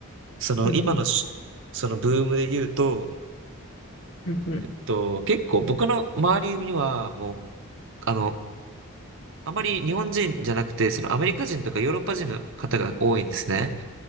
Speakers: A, on the right; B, on the left.
A: その今のしそのブームで言うと、
B: うんうんうんう
A: えっと、結構僕の周りにはもう、あの、あまり日本人じゃなくて、そのアメリカ人とかヨーロッパ人の方が多いんですね。